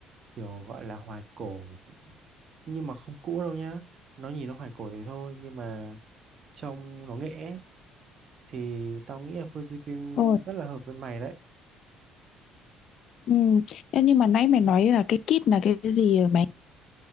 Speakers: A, on the right; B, on the left.
A: kiểu gọi là hoài cổ nhưng mà không cũ đâu nhá nó nhìn nó hoài cổ thế thôi nhưng mà trông nó nghệ ấy, thì tao nghĩ là Fujifilm
B: Ôi,
A: rất là hợp với mày đấy
B: ừ. Ê, nhưng mà nãy mày nói là cái kit là cái gì vậy mày